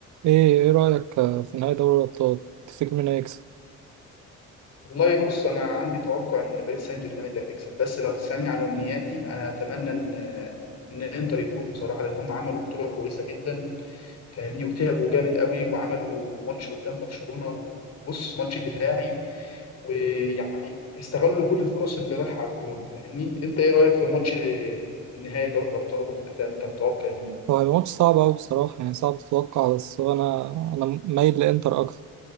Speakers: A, on the right; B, on the left.
A: ايه ايه رأيك آه، في نهائي دوري الأبطال تفتكر مين هيكسب؟
B: والله بص انا عندي توقع ان باريس سان جيرمان اللي هتكسب بس لو تسالني عن امنياتي انا اتمنى ان ان انتر يفوز بصراحه لان هم عملوا بطوله كويسه جدا فاهمني وتعبوا جامد قوي وعملوا ماتش قدام برشلونه وبص ماتش دفاعي ويعني استغلوا كل الفرص اللي رايحه على الجون فاهمني انت ايه رايك في ماتش النهائي دوري الابطال اوروبا كده انت متوقع مين
A: هو هيبقى ماتش صعب أوي بصراحة يعني صعب تتوقع بس هو أنا أنا مايل لإنتر أكتر